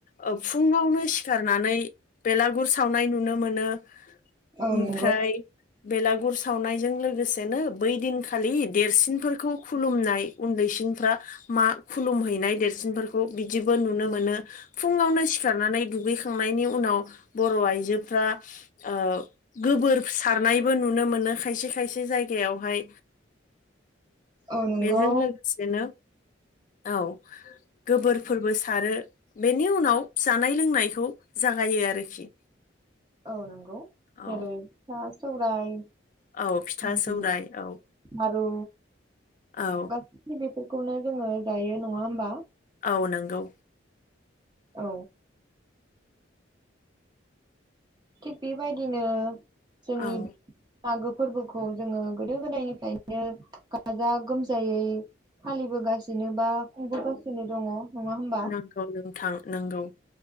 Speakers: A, on the left (about 40°); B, on the right (about 20°).
A: ओ फुङावनो सिखारनानै बेलागुर सावनाय नुनो मोनो।
B: औ
A: ओमफ्राय
B: नंगौ
A: बेलागुर। सावनायजों लोगोसेनो बै दिनखालि देरसिनफोरखौ खुलुमनाय उन्दैसिनफ्रा। मा खुलुमहैनाय देरसिनफोरखौ बिदिबो नुनो मोनो फुङावनो सिखारनानै दुगैखांनाय। नायनि उनाव बर' आइजोफ्रा ओ। गोबोर सारनायबो नुनो मोनो खायसे खायसे जायगायावहाय।
B: औ नंगौ
A: बेजों लोगोसेनो औ गोबोरफोरबो सारो। बेनि उनाव जानाय लोंनायखौ जागायो आरोखि।
B: औ नंगौ
A: औ
B: जेरै फिथा सौराय।
A: औ फिथा
B: उम
A: सौराय औ
B: लारु
A: औ
B: गासिबो। बेखौनो जोङो जायो नङा होमबा।
A: औ नंगौ।
B: औ। थिग बेबायदिनो जोंनि।
A: औ
B: मागो फोरबोखौ जोङो गोदो गोदायनिफ्रायनो गाजा गोमजायै। फालिबोगासिनो बा खुंबोगासिनो दङ। नङा होमबा
A: नोंगौ नोंथां नोंगौ।